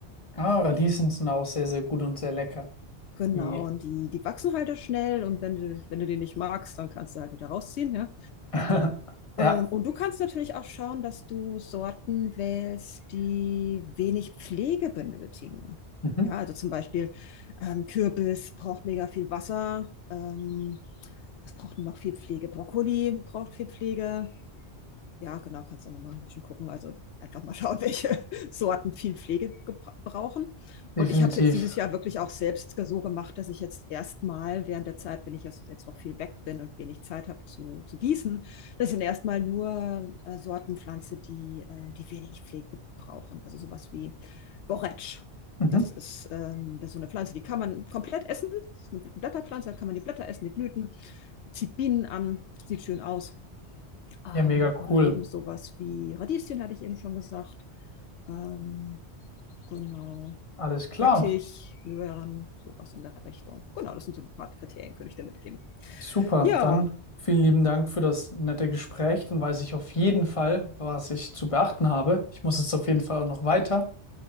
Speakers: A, on the left; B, on the left.
A: Ah, Radieschen sind auch sehr, sehr gut und sehr lecker.
B: Genau,
A: Yeah.
B: und die, die wachsen halt auch schnell und wenn du, wenn du den nicht magst, dann kannst du halt wieder rausziehen, ja.
A: <laughs> Ja,
B: Ähm, und du kannst natürlich auch schauen, dass du Sorten wählst, die wenig Pflege benötigen.
A: mhm.
B: Ja, also zum Beispiel ähm, Kürbis braucht mega viel Wasser. Ähm, was braucht noch viel Pflege? Brokkoli braucht viel Pflege. Ja, genau, kannst du noch mal ein bisschen gucken. Also einfach mal schauen, welche <laughs> Sorten viel Pflege gebra- brauchen.
A: Definitiv.
B: Und ich habe es jetzt dieses Jahr wirklich auch selbst so gemacht, dass ich jetzt erstmal während der Zeit, wenn ich jetzt jetzt noch viel weg bin und wenig Zeit habe zu, zu gießen, das sind erstmal nur äh, Sorten pflanze, die, äh, die wenig Pflege brauchen. Also sowas wie Borretsch.
A: Mhm.
B: Das ist, ähm, das ist so eine Pflanze, die kann man komplett essen. Das ist eine Blätterpflanze, da kann man die Blätter essen, die Blüten. Zieht Bienen an, sieht schön aus. Ähm,
A: Ja, mega
B: oder
A: cool.
B: eben sowas wie Radieschen, hatte ich eben schon gesagt. Ähm, genau.
A: Alles klar.
B: Rettich, Möhren, sowas in der Richtung. Genau, das sind so ein paar Kriterien, könnte ich dir mitgeben.
A: Super,
B: Ja,
A: dann vielen lieben Dank für das nette Gespräch. Dann weiß ich auf jeden Fall, was ich zu beachten habe. Ich muss jetzt auf jeden Fall auch noch weiter.